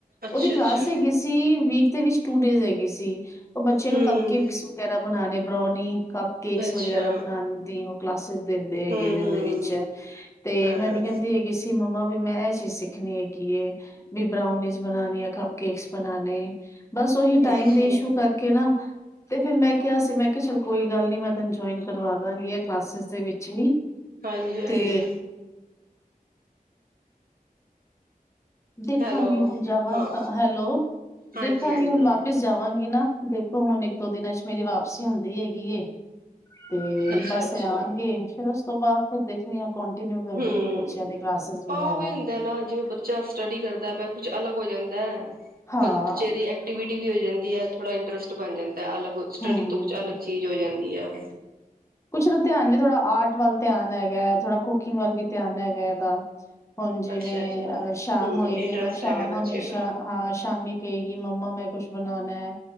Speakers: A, on the right; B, on the left.
A: ਅੱਛਾ-ਅੱਛਾ,
B: ਉਹਦੀ ਕਲਾਸ ਹੈਗੀ ਸੀ ਵੀਕ ਦੇ ਵਿੱਚ ਟੂ ਡੇਜ਼ ਹੈਗੀ ਸੀ। ਉਹ ਬੱਚੇ
A: ਹੂੰ,
B: ਨੂੰ ਕਪ ਕੇਕਸ ਵਗੈਰਾ ਬਣਾਉਣੇ ਬ੍ਰੋਣੀ ਕੱਪ ਕੇਕਸ
A: ਅੱਛਾ,
B: ਵਗੈਰਾ ਬਣਾਉਂ ਦੀ ਹੋ। ਕਲਾਸਿਸ ਦੇ ਹੈਗੇ
A: ਹੂੰ-ਹੂੰ,
B: ਨੇ ਉਹਦੇ ਵਿੱਚ ਤੇ
A: ਹਾਂ-ਹਾਂ,
B: ਮੈਨੂੰ ਕਹਿੰਦੀ ਹੈਗੀ ਸੀ ਮੰਮਾ ਵੀ ਮੈਂ ਇਹ ਚੀਜ਼ ਸਿੱਖ ਖਣੀ ਹੈਗੀ ਹੈ ਵੀ ਬਰਾਉਨੀਜ਼ ਬਣਾਨ ਆ ਕੱਪ ਕੇਕਸ ਬਣਾਣੇ ਬਸ ਔਹੀ ਟਾਈਮ
A: ਅੱਛਾ,
B: ਦੇ ਇਸ਼ੂ ਕਰਕੇ ਨਾ ਤੇ ਫਿਰ ਮੈਂ ਕਿਆ ਸੀ ਮੈਂ ਕਿਆ ਚੱਲ ਕੋਈ ਗੱਲ ਨੀ ਮੈਂ ਤੈਨੂੰ ਜੋਇਨ ਕਰਵਾ ਦਾਂਗੀ ਐ ਕਲਾਸਿਸ ਦੇ ਵਿੱਚ। ਚ ਵੀ।
A: ਹਾਂਜੀ
B: ਤੇ
A: ਹਾਂਜੀ।
B: ਦੇਖਾਂਗੀ
A: ਹੈਲੋ,
B: ਹੁਣ ਜਾਵਾਂ,
A: ਹਾਂ,
B: ਹੈਲੋ
A: ਹਾਂਜੀ-ਹਾਂਜੀ,
B: ਦੇਖਾਂਗੀ ਹੁਣ ਵਾਪਿਸ ਜਾਵਾਂਗੀ ਨਾ ਦੇਖੋ ਹੁਣ ਇੱਕ ਦੋ ਦਿਨਾਂ ਚ ਮੇਰੀ ਵਾਪਸੀ ਹੁੰਦੀ ਹੈਗੀ ਗੀਏ। ਤੇ
A: ਅੱਛਾ-ਅੱਛਾ,
B: ਬਸ ਐ ਆਣਗੇ ਫਿਰ ਅ ਸ ਤੋਂ ਬਾਦ ਤੋਂ ਦੇਖਣੀ ਆ। ਕੰਟੀਨਿਊ ਕਰਨੀ
A: ਹੂੰ,
B: ਆ ਬੱਚਿਆਂ ਦੇ ਕਲਾਸਿਸ ਵਗੈਰਾ
A: ਤਾਂ ਔਵੀ ਹੁੰਦਾ ਨਾ ਜਿਵੇਂ ਬੱਚਾ ਸਟੱਡੀ ਕਰਦਾ ਪਿਆ ਕੁਛ ਅਲੱਗ ਹੋ ਜਾਂਦੈ।
B: ਹਾਂ
A: ਬਣਚੇ ਦੀ ਐਕਟੀਵਿਟੀ ਵੀ ਹੋ ਜਾਂਦੀ ਐ, ਥੋੜਾ ਇੰਟਰਸਟ ਬਣ ਜਾਂਦਾ ਤਾਂ ਅਲੱਗ ਸਟੱਡੀ
B: ਹੂੰ
A: ਤੋਂ ਕੁਛ ਅਲੱਗ ਚੀਜ਼ ਹੋ ਜਾਂਦ ਵਧੀਆ।
B: ਕੁਛ ਤਾਂ ਧਿਆਨ ਵੀ ਥੋੜਾ ਆਰਟ ਵੱਲ ਧਿਆਨ ਹੈਗੈ, ਥੋੜਾ। ਕੁਕਿੰਗ ਵੱਲ ਵੀ ਧਿਆਨ ਹੈਗੈ ਉਹਦਾ। ਅੱਛਾ ਹੁਣ ਜਿਵੇਂ
A: ਅੱਛਾ-ਅੱਛਾ,
B: ਅਹ ਸ਼ਾਮ
A: ਹੂੰ,
B: ਹੋਏਗੀ
A: ਇੰਟਰਸਟ
B: ਨਾ ਸ਼ਾਮ
A: ਹੈਗਾ ਬੱਚੇ
B: ਹਮੇਸ਼ਾ
A: ਨੂੰ
B: ਹਾਂ ਸ਼ ਸ਼ਾਮੀ ਕਹੇਗੀ ਮੰਮਾ ਮੈਂ ਕੁਛ ਬਣਾਣੈ।